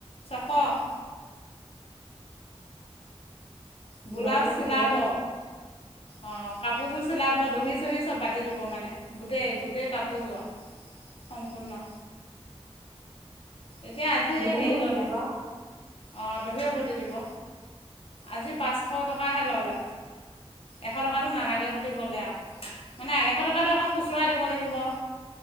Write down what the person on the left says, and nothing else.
ছশ ব্লাউজ
চিলাব।
অ'। কাপোৰযোৰ চিলাব দহি চহি চব বাতি দিব মানে গোটেই গোটেই কাপোৰযোৰৰ। সম্পূৰ্ণ এতিয়া আজি
হেৰি
ল'লে
অ', দহিও বতি দিব। আজি পাঁচশ টকাহে ল'লে, এশ টকাটো নালাগে বুলি ক'লে আৰু। মানে এশ টকাতটো আকৌ খুচুৰা দিব লাগিব।